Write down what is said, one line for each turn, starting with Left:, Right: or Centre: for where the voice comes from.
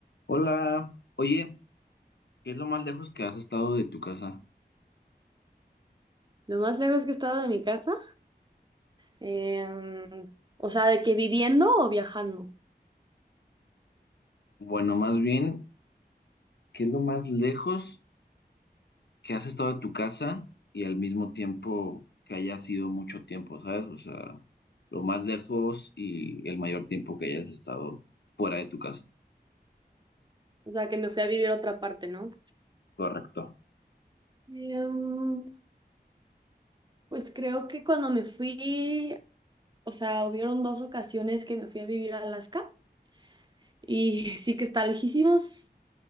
Left: Hola, oye, ¿qué es lo más lejos que has estado de tu casa?
Right: Lo más lejos que he estado de mi casa, em, o sea, de que viviendo o viajando,
Left: Bueno, más bien, ¿qué es lo más lejos que has estado de tu casa y al mismo tiempo que haya sido mucho tiempo, ¿sabes? O sea, lo más lejos y el mayor tiempo que hayas estado fuera de tu casa.
Right: o sea, que me fui a vivir a otra parte, ¿no?
Left: Correcto.
Right: Em, pues creo que cuando me fui, o sea, hubieron dos ocasiones que me fui a vivir a Alaska y <laughs> sí que está lejísimos,